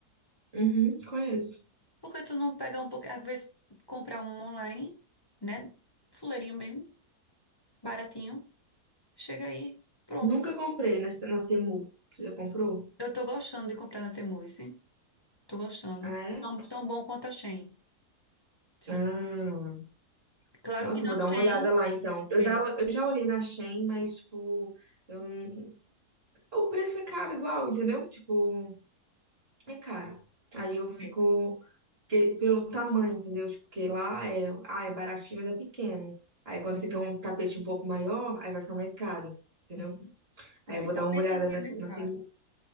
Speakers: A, on the right (about 40°); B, on the left (about 35°).
A: Uhum, conheço.
B: Por que tu não pega um pouco, às vezes comprar um online, né? Fuleirinho mesmo. Baratinho. Chega aí. Pronto.
A: Nunca comprei nessa, na Temu. Você já comprou?
B: Eu tô gostando de comprar na Temu, sim. Tô gostando.
A: Ah, é?
B: Tão, tão bom quanto a Shein. Sim.
A: Ah,
B: Claro
A: nossa,
B: que na
A: eu vou dar
B: Shein.
A: uma olhada lá então. Eu,
B: É,
A: da- eu já olhei na Shein, mas, tipo, eu não- o preço é caro igual, entendeu? Tipo, é caro. Aí eu fico
B: é.
A: Porque, pelo tamanho, entendeu? Tipo, porque lá é, ah, é baratinho, mas é pequeno. Aí quando
B: Tô
A: você
B: entendendo.
A: quer um tapete um pouco maior, aí vai ficar mais caro, entendeu?
B: Uhum.
A: Aí
B: É porque
A: eu vou
B: tapete
A: dar uma olhada
B: ali
A: nessa,
B: é meio
A: na,
B: caro.
A: Temu-